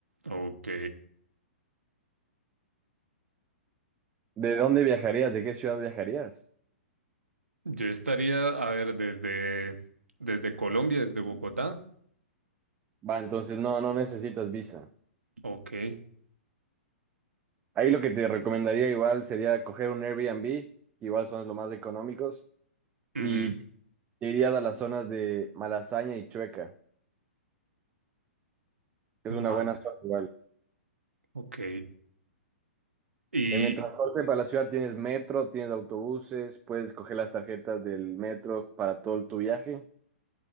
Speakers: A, on the right (about 80°); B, on the right (about 20°).
A: ok.
B: ¿De dónde viajarías? ¿De qué ciudad viajarías?
A: Yo estaría, a ver, desde, desde Colombia, desde Bogotá.
B: Va, entonces no, no necesitas visa.
A: Ok.
B: Ahí lo que te recomendaría igual sería coger un Airbnb, que igual son los más económicos, y
A: ujú,
B: te irías a las zonas de Malasaña y Chueca, que
A: Vale.
B: es una buena zona igual.
A: Ok. ¿Y
B: En el transporte para la ciudad tienes metro, tienes autobuses, puedes coger las tarjetas del metro para todo tu viaje.